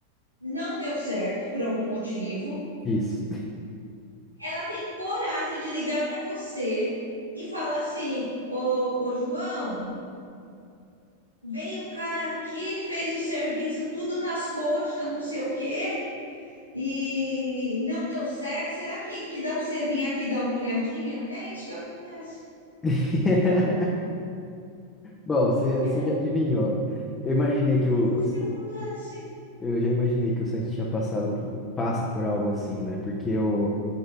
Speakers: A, on the right; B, on the left.
A: não deu certo por algum motivo.
B: Isso.
A: ela tem coragem de ligar para você e falar assim: Ô, ô João, veio o cara aqui, fez o serviço tudo nas coxas, não sei o quê, e não deu certo. Será que, que dá para você vir aqui dar uma olhadinha? É isso que acontece,
B: <laughs>
A: não é?
B: Bom, você você
A: É
B: já adivinhou. Eu imaginei que o,
A: isso
B: o-
A: que acontece.
B: eu já imaginei que o Santos tinha passado por- passa por algo assim, né? Porque eu